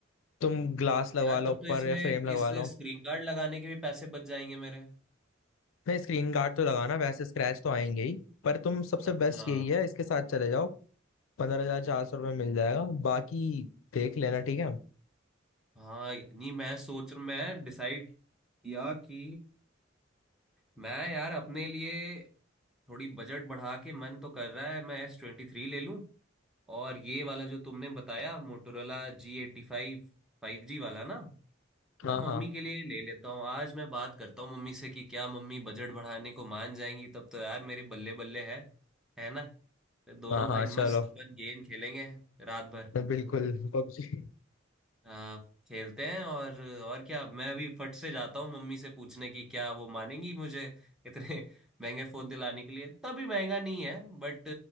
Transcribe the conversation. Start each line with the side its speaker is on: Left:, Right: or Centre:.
Left: तुम ग्लास लगवा
Centre: यार
Left: लो
Centre: तब
Left: ऊपर
Centre: तो इसमें
Left: या फ्रेम लगवा
Centre: इस
Left: लो
Centre: स्क्रीन गार्ड लगाने के भी पैसे बच जाएंगे मेरे
Left: नहीं स्क्रीन गार्ड तो लगाना वैसे स्क्रैच तो आएंगे ही पर तुम सबसे
Centre: अच्छा
Left: बेस्ट यही है इसके साथ चले जाओ पंद्रह हजार चार सौ रुपये मिल जाएगा बाकी देख लेना ठीक है
Centre: हाँ नहीं मैं सोच रहा मैं डिसाइड किया कि मैं यार अपने लिए थोड़ी बजट बढ़ा के मन तो कर रहा है मैं एस ट्वेंटी थ्री ले लूं और ये वाला जो तुमने बताया Motorola G eighty five five G वाला ना मैं
Left: हाँ हाँ
Centre: मम्मी के लिए ले लेता हूँ आज मैं बात करता हूँ मम्मी से कि क्या मम्मी बजट बढ़ाने को मान जाएंगी तब तो यार मेरे बल्ले बल्ले है है ना फिर दोनों
Left: हाँ हाँ
Centre: भाई मस्त
Left: चलो
Centre: अपन गेम खेलेंगे रात भर
Left: बिल्कुल पबजी
Centre: हाँ खेलते हैं और और क्या मैं अभी फट से जाता हूँ मम्मी से पूछने की क्या वो मानेंगी मुझे इतने <laughs> महंगे फोन दिलाने के लिए इतना भी महंगा नहीं है बट